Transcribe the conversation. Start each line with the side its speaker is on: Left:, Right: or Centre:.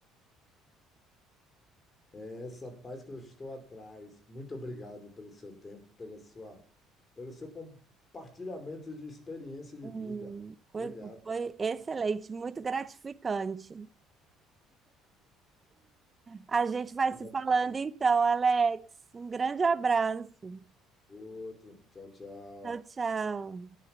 Left: É essa paz que eu estou atrás. Muito obrigado pelo seu tempo, pela sua, pelo seu compartilhamento de experiência de
Right: Hum,
Left: vida.
Right: foi,
Left: Obrigado.
Right: foi excelente, muito gratificante. A gente vai
Left: Conversa
Right: se falando
Left: mais.
Right: então, Alex. Um grande abraço.
Left: Outro. Tchau, tchau.
Right: Tchau, tchau.